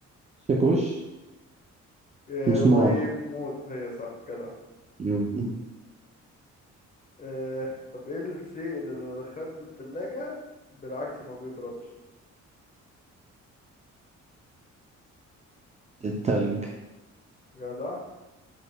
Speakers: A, on the right; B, on the left.
A: شاكوش
B: اه
A: مسمار
B: قريب موت هي صح جدع
A: مم.
B: اه طب ايه الشيء اللي لو دخلته التلاجة بالعكس ما بيبردش
A: التلج
B: جدع